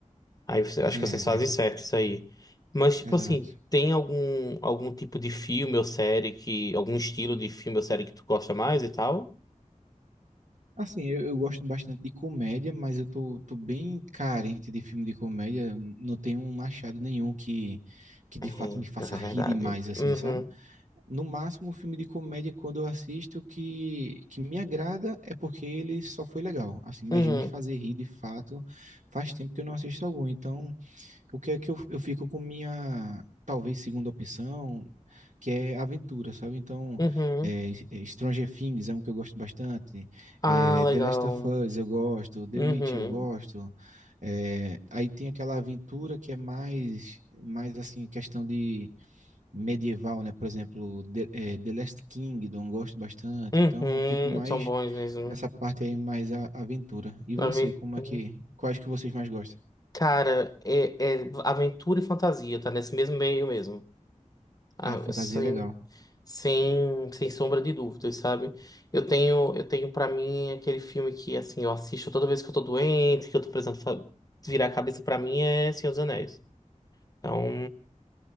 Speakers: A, on the left (about 30°); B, on the right (about 70°).
A: Aí você- acho
B: É,
A: que vocês fazem
B: é,
A: certo isso aí. Mas, tipo
B: exato.
A: assim, tem algum, algum tipo de filme ou série que, algum estilo de filme ou série que tu gosta mais e tal?
B: Assim, eu, eu gosto bastante de comédia, mas eu tô, tô bem carente de filme de comédia. Não tenho um achado nenhum que, que de
A: É,
B: fato me faça
A: pior que é
B: rir
A: verdade.
B: demais, assim,
A: Uhum,
B: sabe? No máximo, o filme de comédia, quando eu assisto, que, que me agrada é porque ele só foi legal, assim, mas
A: uhum,
B: me fazer rir de fato faz tempo que eu não assisto algum. Então, o que é que eu, eu fico com minha, talvez, segunda opção, que é aventura, sabe? Então,
A: uhum.
B: é, é, Stranger Things é um que eu gosto bastante,
A: Ah,
B: é,
A: legal.
B: The Last of Us eu gosto, The
A: Uhum.
B: Witch eu gosto, é, aí tem aquela aventura que é mais, mais assim, questão de medieval, né? Por exemplo, The, eh, The Last Kingdom, gosto bastante.
A: Uhum,
B: Então, eu fico mais
A: são bons mesmo.
B: nessa parte aí, mais a aventura. E
A: Aventura.
B: você, como é que, quais que vocês mais gostam?
A: Cara, é, é aventura e fantasia, tá nesse mesmo meio mesmo. Ah,
B: Ah, fantasia
A: sem,
B: é legal.
A: sem, sem sombra de dúvidas, sabe? Eu tenho, eu tenho para mim aquele filme que, assim, eu assisto toda vez que eu tô doente, que eu tô precisando fa- virar a cabeça pra mim, é Senhor dos Anéis. Então,